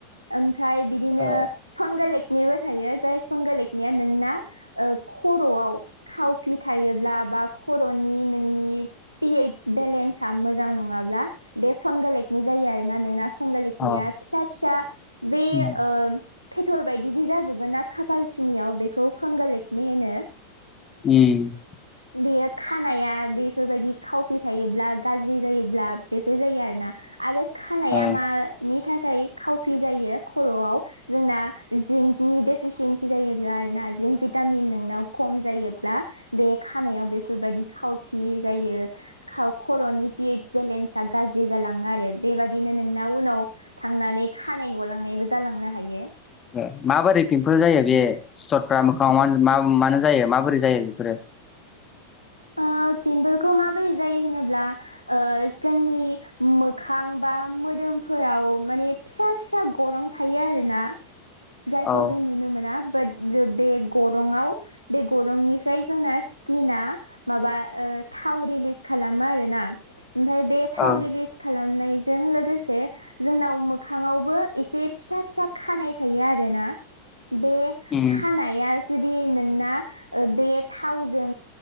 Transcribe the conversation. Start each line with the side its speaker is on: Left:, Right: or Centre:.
Right: ओमफ्राय बिदिनो
Left: ओ
Right: फोंगो लेकनिबो थायो जाय फोंग लेकनिया नोंना खर'आव खावफि थायोब्ला बा खर'नि नोंनि पिओइस बेलेन्स आ मोजां नङाब्ला बे फांगालेकनि जायो आरोना नोंना फांगालेखनिया
Left: अ
Right: फिसा फिसा बे
Left: उम
Right: ओ ओ फेटर बायदिदि जाजोबो ना खाफाल खिनियाव बेखौ फांग एकनि होनो <inaudible>
Left: उम
Right: <inaudible> बेयो खानाया बेफोरबायदि खावफि थायोब्ला गाज्रि जायोब्ला बेफोर जायो आरोना आरो खानाया
Left: ओ
Right: मानि थाखाय खावफि जायो खर'आव जोंना जिंकनि डेफिसियन्सि जायोब्ला आरोना जिंक भिटामिन नोंनाव खम जायोब्ला बे खानायाव बेफोरबायदि खावफि जायो। खर'नि पस बेलेन्स आ गाज्रि जालाङो आरो बेबादिनो नोंना उनाव थांनानै खानाय गलांनायबो जालांनो हायो
Left: ए माबोरै पिम्पोल जायो बे सिथरफ्रा मोखाङाव मा मानो जायो माबोरै जायो बेफोरो?
Right: ओ पिम्पोलखौ माबोरै जायो होनोब्ला ओ जोंनि मोखां बा मोदोमफोराव माने फिसा फिसा गरं थायो आरोना जायखौ
Left: औ
Right: जों नुनो मोना बाट बे गरंआव बे गरंनिफ्राय जोंना स्किना माबा थाव रिलिस खालामो आरोना ओमफ्राय बे
Left: औ
Right: थाव रिलिस खालामनायजों लोगोसे जोंनाव मोखाङावबो एसे फिसा फिसा खानाय थायो आरोना बे
Left: उम।
Right: खानाया जुदि नोंना ओ बे थावजों